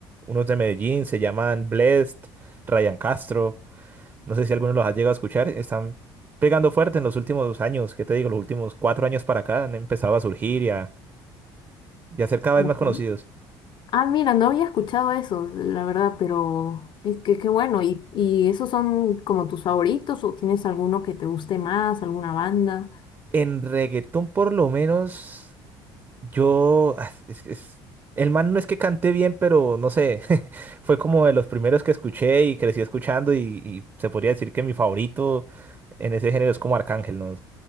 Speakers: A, on the right (about 25°); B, on the left (about 50°).
A: unos de Medellín, se llaman Blessd, Ryan Castro. No sé si alguno los ha llegado a escuchar. Están pegando fuerte en los últimos años, ¿qué te digo? Los últimos cuatro años para acá han empezado a surgir y a, y a ser cada
B: Ajá.
A: vez más conocidos.
B: Ah, mira, no había escuchado eso, la verdad, pero es que qué bueno. ¿Y, y esos son como tus favoritos o tienes alguno que te guste más, alguna banda?
A: En reggaetón, por lo menos, yo... ah, Es, es- el man no es que cante bien, pero no sé, <laughs> fue como de los primeros que escuché y crecí escuchando y, y se podría decir que mi favorito en ese género es como Arcángel, ¿no?